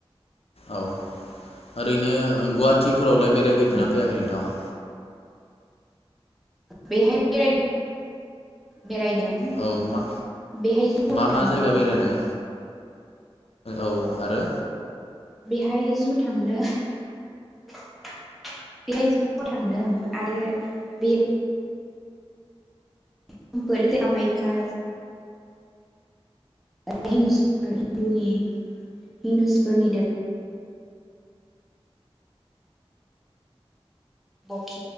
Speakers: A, on the left; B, in the centre.
A: औ ओरैनो गुवाहाटि फोरावलाय बेरायफैदोंना
B: औ
A: फैयाखै नोंथाङा
B: बेहाय बे बेरायदों
A: औ मा
B: बेहाय ज
A: मा मा
B: थांदों
A: जायगा बेरायनाय औ आरो
B: बेहाय जु थांदों बेहाय ज थांदों आरो बे तेमफोल कामायखा हिन्धुनि हिन्दुसफोरनि धो बखि